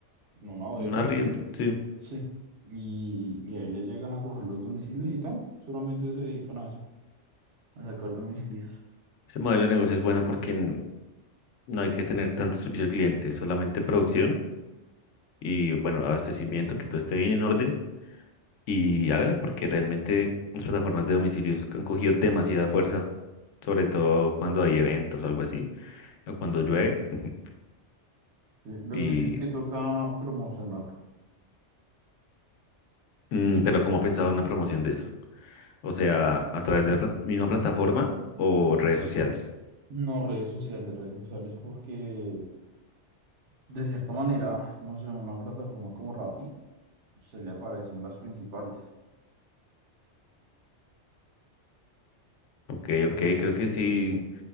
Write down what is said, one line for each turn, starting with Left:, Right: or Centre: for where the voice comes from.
Right: en una bodega.
Left: un arriendo sí.
Right: Sí. Y, y ahí le llegan a coger los domicilios y tal. Solamente se dedican a eso, a sacar domicilios.
Left: Ese modelo de negocio es bueno porque n- no hay que tener tanto servicio al cliente, solamente producción y, bueno, abastecimiento, que todo esté bien en orden. Y hágale, porque realmente las plataformas de domicilios han cogido demasiada fuerza, sobre todo cuando hay eventos o algo así, o cuando llueve. <laughs>
Right: Sí, Lo
Left: Y,
Right: que sí es que toca promocionar
Left: mm, pero ¿cómo ha pensado una promoción de eso? O sea, a través de la plat- misma plataforma o redes sociales.
Right: No, redes sociales, redes sociales, porque de cierta manera, no sé, una plataforma como Rappi, se le aparecen las principales.
Left: Ok,
Right: Pero
Left: ok,
Right: entonces,
Left: creo que sí,